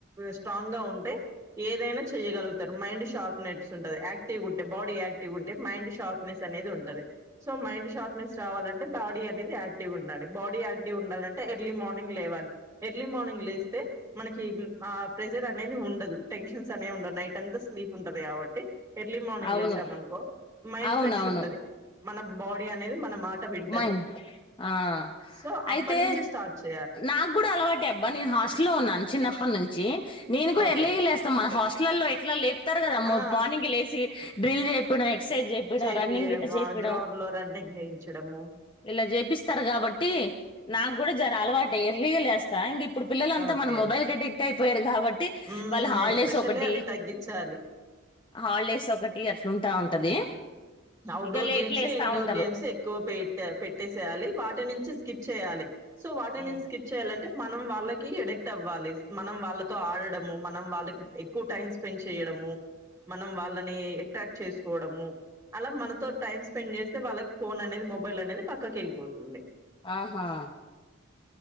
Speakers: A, on the right; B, on the left.
A: strong గా ఉంటే ఏదైనా చేయగలుగుతారు మైండ్ షార్ప్ నెస్ ఉంటది యాక్టివ్ ఉంటే బాడీ యాక్టివ్ ఉంటే మైండ్ షార్ప్నెస్ అనేది ఉంటదింది సో మైండ్షార్ రావాలంటే బాడీ అనేది క్టివ్ ఉండి బాడీ యాక్టివ్ ఉండాలంటే ఎర్లీ మార్నింగ్ లేవాలి ఎర్లీ మ మార్నింగ్ లేస్తే మనకి ఆ ప్రెజర్ అనేది ఉండదు టెన్షన్స్ అనేవి ఉండదు నైట్ అంతా స్లీప్ ఉంటది కాబట్టి ఎర్లీ మార్నింగ్
B: అవును
A: లేసామనుకో మైండ్
B: అవునవును
A: ఫ్రెష్ ఉంటది మన బాడీ అనేది మనం మాట వింటది
B: మైండ్ ఆ
A: సో
B: అయితే
A: అప్పటి నుంచే స్టార్ట్ చే
B: నాకు కూడా అలవాటే అబ్బా నేను హాస్టలో ఉన్నాను చిన్నప్పటి నుంచి నేను కూడా
A: ఓకే.
B: ఎర్లీగ లేస్తాం మన హాస్టల్లో ఎట్లా లేపుతారు కదా
A: ఆ!
B: మార్నింగ్ లేసి డ్రిల్ చేపియడం ఎక్సర్సైజ్ చేపియడం
A: చేపియడమా
B: రన్నింగ్ ఇట్లా చేపియడం
A: గ్రౌండ్ లో రన్నింగ్ వేయించడము
B: ఇలా చేపిస్తారు కాబట్టి నాకు కూడా జర అలవాటె ఎర్లీగా లేస్తా ఇంక ఇప్పుడు పిల్లలంతా
A: ఓకే.
B: మన మొబైల్ కి అడిక్ట్యిపోయారు కాబట్టి
A: హ్మ్.
B: వాళ్ళ హాలిడేస్
A: ఎక్స్‌పెషల్లీ
B: ఒకటి
A: అవి తగ్గిచ్చాలి.
B: హాలిడేస్ ఒకటి అట్ లుంటా
A: హ్మ్.
B: ఉంటది
A: అవుట్డోర్
B: ఇక లేటు
A: గేమ్స్,
B: లేస్తా
A: ఇండోర్
B: ఉంటది
A: గేమ్స్ ఎక్కువ పె పెట్టేసేయాలి వాటి నుంచి స్కిప్ చేయాలి సో వాటి
B: ఉమ్.
A: నుంచి స్కిప్ చేయ్యాలంటే మనం వాళ్ళకి ఎడిక్ట్ అవ్వాలి మనం వాళ్ళతో ఆడడము మనం వాళ్ళకి ఎక్కువ టైం స్పెండ్ చేయడము మనం వాళ్ళని అట్రాక్ట్ చేసుకోవడము అలా మనతో టైం స్పెండ్ చేస్తే వాళ్ళకి ఫోన్ అనేది మొబైల్ అనేది పక్కకి వెళ్ళిపోతుంది
B: ఆహా